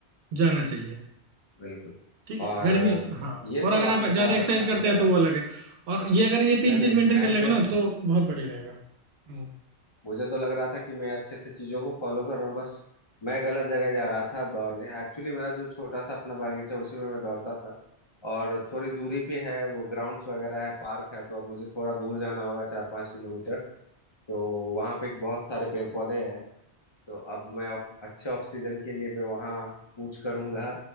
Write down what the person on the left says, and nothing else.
बिल्कुल
और
अ,
ये
तो
आपने
बहुत
अच्छा
बताया
नहीं
नहीं
मैं
तो
मुझे तो लग रहा था कि मैं अच्छे से चीजों को फॉलो कर रहा हूँ बस मैं गलत जगह जा रहा था दौड़ने एक्चुअली मेरा जो छोटा सा अपना बागीचा उसी में मैं दौड़ता था और थोड़ी दूरी पे है वो ग्राउंड्स वगैरह है पार्क है तो अब मुझे थोड़ा दूर जाना होगा चार पाँच किलोमीटर तो वहाँ पे बहुत सारे पेड़ पौधे हैं तो अब मैं ऑक- अच्छे ऑक्सीजन के लिए मैं वहाँ कूच करूंगा